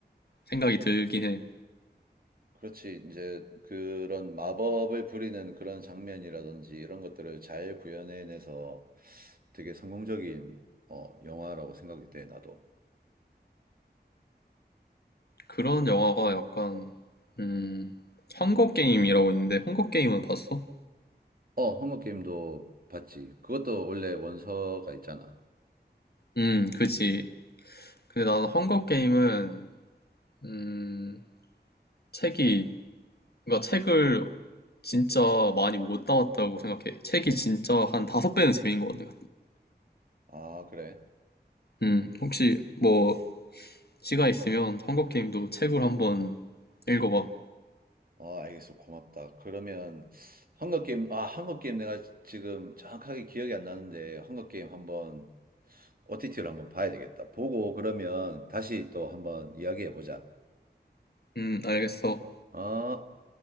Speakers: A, on the left (about 65°); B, on the right (about 55°).
A: 생각이 들긴 해.
B: 그렇지. 이제 그런 마법을 부리는 그런 장면이라든지 이런 것들을 잘 구현해내서 되게 성공적인 어, 영화라고 생각이 돼, 나도.
A: 그런 영화가 약간 음 헝거 게임이라고 있는데 헝거 게임은 봤어?
B: 어, 헝거 게임도 봤지. 그것도 원래 원서가 있잖아.
A: 음 그지. 근데 나는 헝거 게임은 음 책이 그러니까 책을 진짜 많이 못 담았다고 생각해. 책이 진짜 한 다섯 배는 재미인 것 같아.
B: 아, 그래.
A: 음 혹시 뭐 시간 있으면 헝거 게임도 책을 한번 읽어봐.
B: 어, 알겠어. 고맙다. 그러면 헝거 게임, 아, 헝거 게임 내가 지금 정확하게 기억이 안 나는데 헝거 게임 한번 OTT로 한번 봐야 되겠다. 보고 그러면 다시 또 한번 이야기해 보자.
A: 음 알겠어.
B: 어?